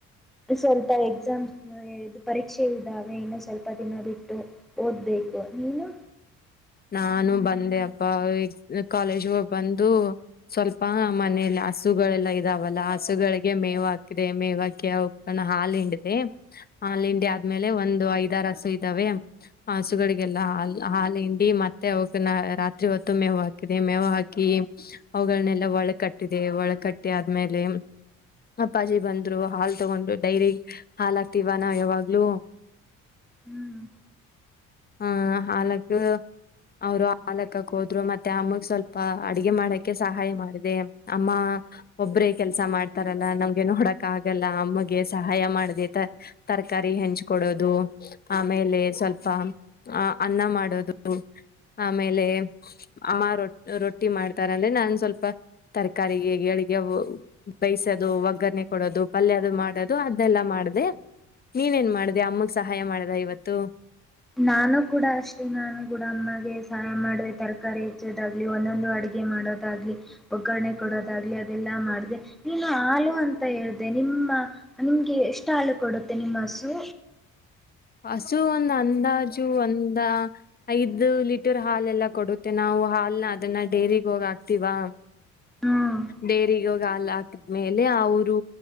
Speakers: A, in the centre; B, on the left (about 25°).
A: ಸ್ವಲ್ಪ ಎಕ್ಸಾಮ್ ಅ ಇದ್ ಪರೀಕ್ಷೆ ಇದ್ದಾವೆ, ಇನ್ನು ಸ್ವಲ್ಪ ದಿನ ಬಿಟ್ಟು ಓದ್ಬೇಕು ನೀನು?
B: ನಾನು ಬಂದೆ ಅಪ್ಪ ಈಗ್ ಕಾಲೇಜ್ಗ್ ಹೋಗ್ ಬಂದು ಸ್ವಲ್ಪ ಮನೇಲಿ ಹಸುಗಳೆಲ್ಲ ಇದಾವಲ್ಲ ಹಸುಗಳಿಗೆ ಮೇವ್ ಹಾಕಿದೆ ಮೇವ್ ಹಾಕಿ ಅವುಕ್ ಹಾಲ್ ಹಿಂಡಿದೆ, ಹಾಲ್ ಹಿಂಡಿ ಆದ್ಮೇಲೆ ಒಂದು ಐದಾರ್ ಹಸು ಇದ್ದಾವೆ ಹಸುಗಳಿಗೆಲ್ಲಾ ಹಾಲ್ ಹಾಲಿಂಡ್ ಇ ಮತ್ತೆ ಅವುಕ್ಕೆ ರಾತ್ರಿ ಹೊತ್ತು ಮೇವ್ ಹಾಕಿದೆ, ಮೇವ್ ಹಾಕಿ ಅವುಗಳನ್ನೆಲ್ಲ ಒಳ ಕಟ್ಟಿದೆ ಒಳ ಕಟ್ಟಿ ಆದ್ಮೇಲೆ ಅಪ್ಪಾಜಿ ಬಂದ್ರು ಹಾಲ್ ತಗೊಂಡ್ರು ಡೈರಿ ಹಾಲ್ ಹಾಕ್ತಿವಾ ನಾ ಯಾವಾಗ್ಲೂ
A: ಹ್ಮ್
B: ಆ ಹಾಲಾಕ್ತೀವೊ ಅವ್ರು ಹಾಲಾಕ್ಕಕ್ ಹೋದ್ರು ಮತ್ತೆ ಅಮ್ಮಗ್ ಸ್ವಲ್ಪ ಅಡಗೆ ಮಾಡಕ್ಕೆ ಸಹಾಯ ಮಾಡಿದೆ. ಅಮ್ಮ ಒಬ್ರೇ ಕೆಲ್ಸ ಮಾಡ್ತಾರಲ್ಲ ನಮ್ಗೆ ನೋಡಕ್ ಆಗಲ್ಲ ಅಮ್ಮಗೆ ಸಹಾಯ ಮಾಡಿದೆ ತರಕಾರಿ ಹೆಂಚ್ ಕೊಡೋದು ಆಮೇಲೆ ಸ್ವಲ್ಪ ಅ ಅನ್ನ ಮಾಡೋದು ದು ಆಮೇಲೆ ಅಮ್ಮ ರೊಟ್ ರೊಟ್ಟಿ ಮಾಡ್ತಾರಂದ್ರೆ ನಾನ್ ಸ್ವಲ್ಪ ತರಕಾರಿಗೆ ಗೆಳಿಗೆ ಬೇಯ್ಸೋದು ಒಗ್ಗರಣೆ ಕೊಡೋದು, ಪಲ್ಯ ಅದು ಮಾಡದು ಅದನೆಲ್ಲ ಮಾಡ್ದೆ ನೀನ್ ಏನ್ ಮಾಡ್ದೆ ಅಮ್ಮಗ್ ಸಹಾಯ ಮಾಡ್ದ ಇವತ್ತು.
A: ನಾನು ಕೂಡ ಅಷ್ಟೇ ನಾನು ಕೂಡ ಅಮ್ಮಗೆ ಸಾ ಮಾಡ್ದೆ, ತರಕಾರಿ ಹೆಚ್ಚೋದ್ ದಾಗ್ಲಿ ಒಂದೊಂದು ಅಡಿಗೆ ಮಾಡೋದಾಗ್ಲಿ ಒಗ್ಗರಣೆ ಕೊಡೋದಾಗ್ಲಿ ಅದೆಲ್ಲಾ ಮಾಡ್ದೆ. ನೀನು ಹಾಲು ಅಂತ ಹೇಳ್ದ ನಿಮ್ಮ ನಿಮ್ಗೆ ಎಷ್ಟ್ ಹಾಲು ಕೊಡುತ್ತೆ ನಿಮ್ ಹಸು?
B: ಹಸು ಒಂದ್ ಅಂದಾಜು ಒಂದ ಐದು ಲೀಟರ್ ಹಾಲೆಲ್ಲಾ ಕೊಡುತ್ತೆ ನಾವು ಹಾಲ್ನ ಅದನ್ನ ಡೈರಿಗ್ ಹೋಗ್ ಹಾಕ್ತಿವಾ
A: ಹ್ಮ್
B: ಡೈರಿಗಾಗ್ ಹಾಲ್ ಹಾಕುದ್ಮೇಲೆ ಅವರು